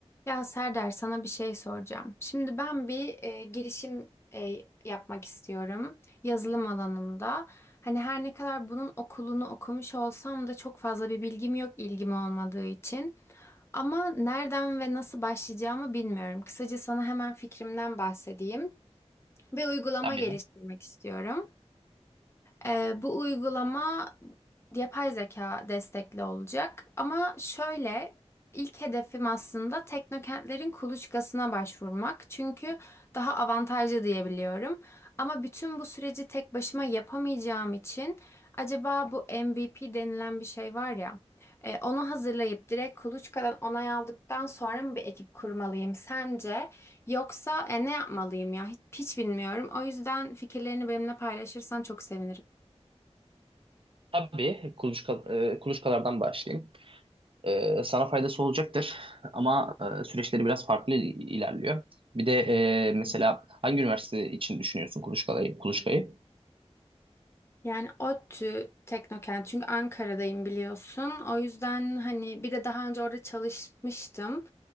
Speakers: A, on the left (about 25°); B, on the right (about 50°).
A: Ya Serdar sana bir şey soracağım. Şimdi ben bir e, girişim e, yapmak istiyorum yazılım alanında. Hani her ne kadar bunun okulunu okumuş olsam da çok fazla bir bilgim yok ilgim olmadığı için. Ama nereden ve nasıl başlayacağımı bilmiyorum. Kısaca sana hemen fikrimden bahsedeyim. Bir uygulama
B: Tabii.
A: geliştirmek istiyorum. Ee, bu uygulama yapay zeka destekli olacak. Ama şöyle ilk hedefim aslında teknokentlerin kuluçkasına başvurmak. Çünkü daha avantajlı diyebiliyorum. Ama bütün bu süreci tek başıma yapamayacağım için acaba bu MVP denilen bir şey var ya e, onu hazırlayıp direkt kuluçkadan onay aldıktan sonra mı bir ekip kurmalıyım sence? Yoksa e, ne yapmalıyım ya? Hiç, hiç bilmiyorum. O yüzden fikirlerini benimle paylaşırsan çok sevinirim.
B: Tabii kuluçka, e, kuluçkalardan başlayayım. E, sana faydası olacaktır ama e, süreçleri biraz farklı il- ilerliyor. Bir de e, mesela hangi üniversite için düşünüyorsun kuluçkayı, kuluçkayı?
A: Yani ODTÜ Teknokent çünkü Ankara'dayım biliyorsun. O yüzden hani bir de daha önce orada çalışmıştım.